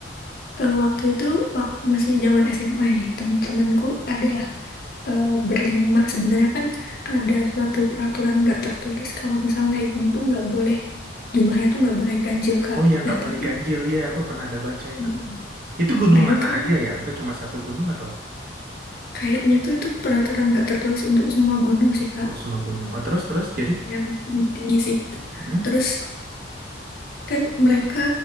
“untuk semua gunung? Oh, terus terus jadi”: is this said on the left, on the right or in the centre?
Right